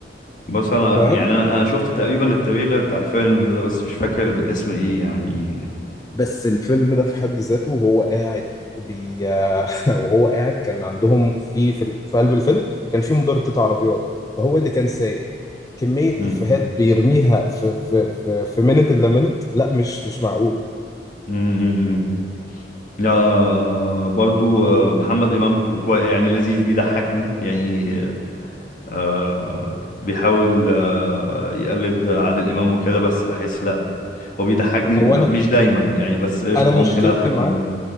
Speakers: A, on the left; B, on the left.
A: بس انا
B: فاهم
A: يعني انا انا شفت تقريبا التريلر بتاع الفيلم ده بس مش فاكر الاسم ايه يعني
B: بس الفيلم ده في حد ذاته وهو قاعد بي <laughs> وهو قاعد كان عندهم في في, في قلب الفيلم كان في مضاربة عربيات فهو اللي كان سايق كمية
A: امم
B: إفيهات بيرميها في في في, في منت إلا منت لا مش مش معقول
A: امم لا آه، برضو آه، محمد امام كو- كوي يعني لذيذ بيضحكني يعني آه بيحاول آه يقلد عادل امام وكده بس بحس لا هو بيضحكني
B: هو
A: ب-
B: أنا
A: مش دايما يعني بس قشطه
B: أنا مشكلتي
A: ممكن اضحك
B: معاه
A: منه